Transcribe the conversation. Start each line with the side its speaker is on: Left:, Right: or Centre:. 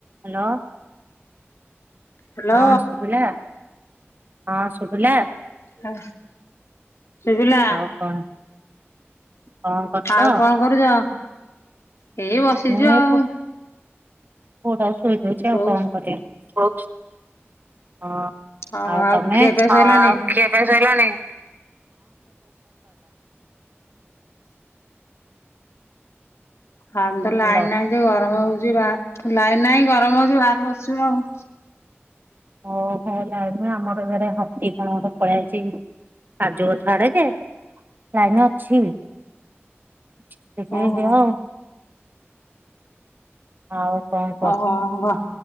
Right: ହ୍ୟାଲୋ।
Left: ହ୍ୟାଲୋ
Right: ହଁ ଶୁଭିଲା। ହଁ ଶୁଭିଲା।
Left: ହଁ। ଶୁଭିଲା।
Right: ଆଉ କଣ କଣ କରୁଛ?
Left: ଆଉ କଣ କରୁଛ। ହେଇ ବସିଛୁ
Right: ମୁଁ ଏଇ
Left: ଆଉ।
Right: ପୁଅଟାକୁ ଶୋଇଦଉଛି
Left: କୋଉ
Right: ଆଉ କଣ କରିବି? ହଁ। ଆଉ
Left: ଓହୋ ଆଉ
Right: ତମେ?
Left: ଖିଆ ପିଆ
Right: ହଁ
Left: ସଇଲାଣି
Right: ଖିଆପିଆ ସବୁ ସଇଲାଣି।
Left: ଆମେ ତ ଲାଇନ୍
Right: ହ୍ୟାଲୋ।
Left: ନାହିଁ ଯେ ଗରମ ହଉଛି ବା ଲାଇନ୍ ନାହିଁ ଗରମ ହଉଛି ବାହାରେ ବସିଛୁ ଆଉ।
Right: ଓ <unintelligible> ଆମର ଘରେ ହକି କଣ ଗୋଟେ ପଳେଇ ଆଇଛି। କାଜୁ ଗଛ ଆଡେ ଯେ ଲାଇନ ଅଛି। <unintelligible> ଝିଅ
Left: ଓହୋ
Right: ଆଉ ଆଉ କଣ କହ?
Left: ଓହୋ